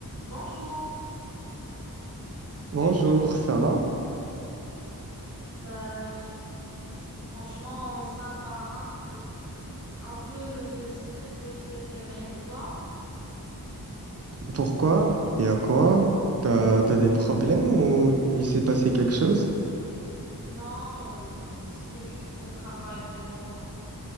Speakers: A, on the left; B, on the right.
A: Bonjour.
B: Bonjour, ça va?
A: Bah, franchement, ça va un peu, un peu euh, stressé de cette semaine. Et toi?
B: Pourquoi? Il y a quoi? T'as, t'as des problèmes ou il s'est passé quelque chose?
A: Non, euh, c'est juste le travail vraiment.